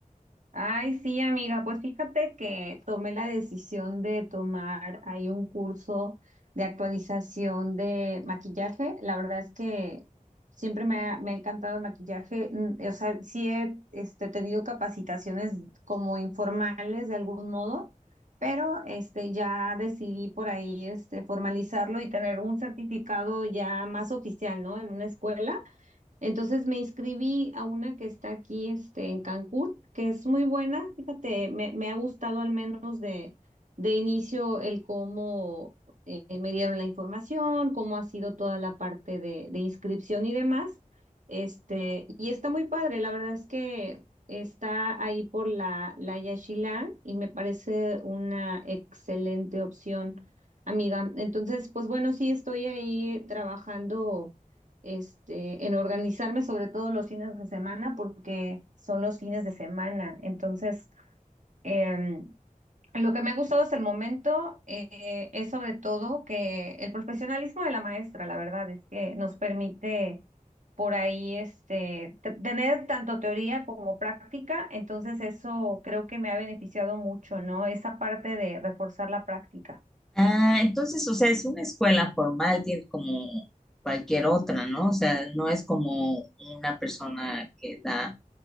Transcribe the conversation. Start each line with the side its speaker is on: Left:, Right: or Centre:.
Right: Ay, sí, amiga, pues fíjate que tomé la decisión de tomar ahí un curso de actualización de maquillaje. La verdad es que siempre me ha, me ha encantado el maquillaje. Mm, O sea, sí he este, tenido capacitaciones como informales de algún modo, pero este, ya decidí por ahí este, formalizarlo y tener un certificado ya más oficial, ¿no? En una escuela. Entonces me inscribí a una que está aquí, este, en Cancún, que es muy buena. Fíjate, me, me ha gustado al menos de, de inicio el cómo eh, me dieron la información, cómo ha sido toda la parte de, de inscripción y demás. Este, y está muy padre, la verdad es que está ahí por la, la Yaxchilán y me parece una excelente opción, amiga. Entonces, pues bueno, sí estoy ahí trabajando este, en organizarme sobre todo los fines de semana porque son los fines de semana. Entonces, em, lo que me ha gustado hasta el momento eh, es sobre todo que el profesionalismo de la maestra, la verdad, es que nos permite por ahí este, t- tener tanto teoría como práctica. Entonces, eso creo que me ha beneficiado mucho, ¿no? Esa parte de reforzar la práctica.
Centre: Ah, entonces, o sea, es una escuela formal, tiene como cualquier otra, ¿no? O sea, no es como una persona que da,